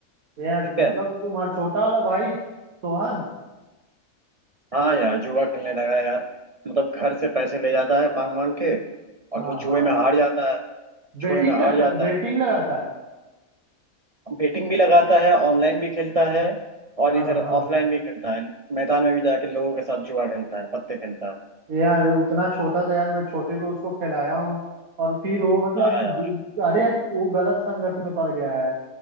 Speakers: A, on the right; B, on the right.
A: यार
B: ठीक है
A: मतलब तुम्हारा छोटा वाला भाई सोहन
B: हाँ यार जुआ खेलने लगा है यार मतलब घर से पैसे ले जाता है मांग मांग के और
A: हाँ
B: वो जुए
A: हाँ
B: में हार जाता है जुए
A: बेटिंग
B: में हार
A: करता
B: जाता
A: बेटिंग
B: है
A: लगाता है
B: बेटिंग भी लगाता है ऑनलाइन भी खेलता है और
A: हाँ
B: इधर
A: हाँ
B: ऑफलाइन भी खेलता है मैदान में भी जाके लोगों के साथ जुआ खेलता है पत्ते खेलता है
A: यार उतना छोटा था यार मैं छोटे पे उसको खिलाया हूँ और फिर वो मतलब
B: हाँ
A: अरे यार वो गलत संगत में पड़ गया है